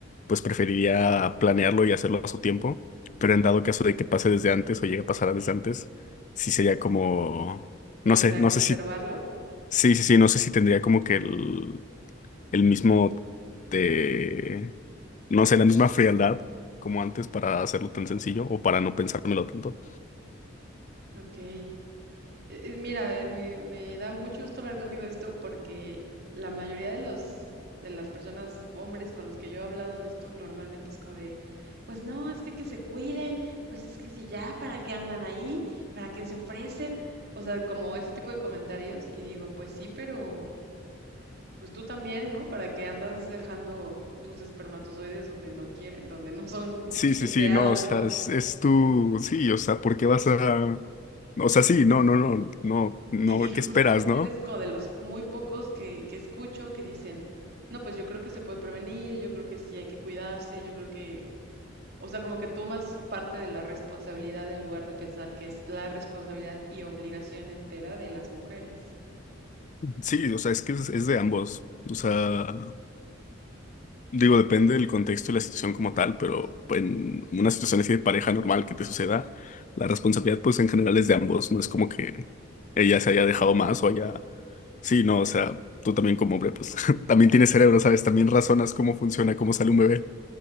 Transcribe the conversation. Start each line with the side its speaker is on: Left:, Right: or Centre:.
Left: pues preferiría planearlo y hacerlo a su tiempo. Pero en dado caso de que pase desde antes o llegue a pasar desde antes, sí sería como, no
Right: ¿Te gustaría
Left: sé, no
Right: conservarlo?
Left: sé si, sí, sí, sí, no sé si tendría como que el el mismo, eh, no sé, la misma frialdad como antes para hacerlo tan sencillo o para no pensármelo tanto.
Right: Ok. Eh, eh, Mira, eh, me, me da mucho gusto hablar contigo de esto porque la mayoría de los de las personas, hombres con los que yo he hablado de esto, normalmente es como de, pues no, es que que se cuiden, pues es que si ya, ¿para qué andan ahí? ¿Para qué se ofrecen? O sea, como ese tipo de comentarios y digo, pues sí, pero pues tú también, ¿no? ¿Para qué andas dejando tus espermatozoides donde no quieren, donde no son
Left: Sí,
Right: <laughs>
Left: sí,
Right: deseados,
Left: sí, no, o sea,
Right: ¿no?
Left: es, es tu, sí, o sea, ¿por qué vas a, o sea, sí, no, no, no, no, no,
Right: Y, y justamente
Left: ¿qué esperas, no?
Right: eres como de los muy pocos que, que escucho que dicen, no, pues yo creo que se puede prevenir, yo creo que sí hay que cuidarse, yo creo que, o sea, como que tomas parte de la responsabilidad en lugar de pensar que es la responsabilidad y obligación entera de las mujeres.
Left: Sí, o sea, es que es, es de ambos, o sea, digo, depende del contexto y la situación como tal, pero pues, en una situación así de pareja normal que te suceda, la responsabilidad, pues, en general es de ambos, no es como que ella se haya dejado más o haya Sí, no, o sea, tú también como hombre, pues <laughs> también tienes cerebro, ¿sabes? También razonas cómo funciona, cómo sale un bebé.